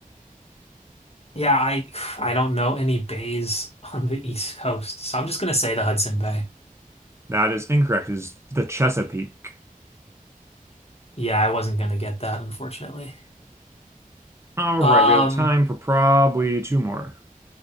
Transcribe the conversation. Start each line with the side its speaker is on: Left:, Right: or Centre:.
Left: yeah, I I don't know any bays on the East Coast. So I'm just going to say the Hudson Bay.
Right: That is incorrect. It Is the Chesapeake.
Left: Yeah, I wasn't going to get that unfortunately.
Right: All
Left: Um
Right: right, we have time for probably two more.